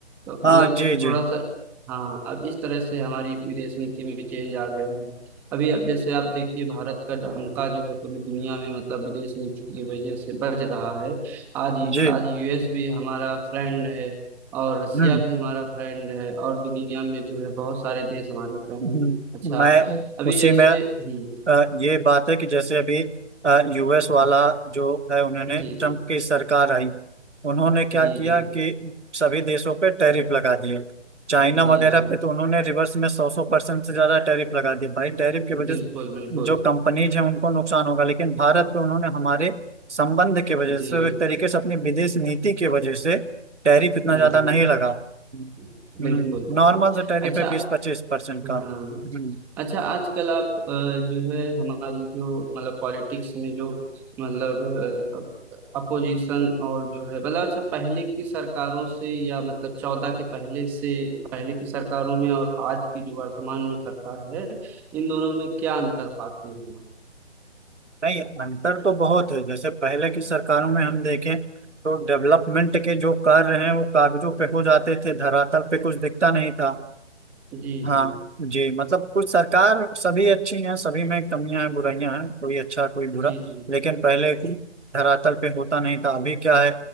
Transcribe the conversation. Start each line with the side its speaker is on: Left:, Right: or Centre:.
Centre: तो मतलब
Right: हाँ जी जी
Centre: थोड़ा सा हाँ अब इस तरह से हमारी विदेश नीति में चेंज आ गया है अभी अब जैसे आप देखिए भारत का डंका जो है पूरी दुनिया में मतलब विदेश नीति की वजह से बज रहा है आज
Right: जी
Centre: आज यूएस भी हमारा फ्रेंड है और रसिया
Right: हम्म
Centre: भी हमारा फ्रेंड है और दुनिया में जो है बहुत सारे देश हमारे फ्रेंड
Right: हम्म,
Centre: हैं अच्छा
Right: मैं
Centre: अभी
Right: उसी
Centre: जैसे
Right: में
Centre: हम्म
Right: अ, ये बात है कि जैसे अभी यूएस वाला जो है उन्होंने
Centre: जी
Right: ट्रम्प
Centre: जी
Right: की सरकार आई उन्होंने क्या
Centre: जी
Right: किया
Centre: जी
Right: कि सभी देशों पे टैरिफ लगा दिए चाइना
Centre: जी
Right: वगैरह
Centre: जी
Right: पे तो उन्होंने रिवर्स में सौ सौ परसेंट से ज्यादा टैरिफ लगा दिए भाई टैरिफ की वजह
Centre: बिल्कुल
Right: से
Centre: बिल्कुल
Right: जो कंपनीज हैं उनको नुकसान होगा लेकिन भारत पे उन्होंने हमारे संबंध की वजह
Centre: जी
Right: से
Centre: जी
Right: एक तरीके से अपनी विदेश नीति की वजह से टैरिफ इतना
Centre: जी
Right: ज्यादा नहीं
Centre: जी
Right: लगा हम्म
Centre: हम्म, बिल्कुल बिल्कुल
Right: नॉर्मल से टैरिफ
Centre: अच्छा
Right: है बीस पच्चीस परसेंट का
Centre: हाँ
Right: हम्म
Centre: अच्छा आजकल आप अ, जो है हमारी जो मतलब पॉलिटिक्स में जो मतलब अपोजिशन और जो है मतलब अच्छा पहले की सरकारों से या मतलब चौदह के पहले से पहले की सरकारों में और आज की जो वर्तमान में सरकार है इन दोनों में क्या अंतर पाते हैं आप
Right: नहीं अंतर तो बहुत है जैसे पहले की सरकारों में हम देखें तो डेवलपमेंट के जो कार्य हैं वो कागजों पे हो जाते थे धरातल पे कुछ दिखता नहीं था
Centre: जी
Right: हाँ
Centre: जी
Right: जी मतलब कुछ सरकार सभी अच्छी हैं सभी में कमियां हैं बुराइयां हैं कोई अच्छा कोई बुरा
Centre: जी जी
Right: लेकिन पहले धरातल पे होता नहीं था अभी क्या है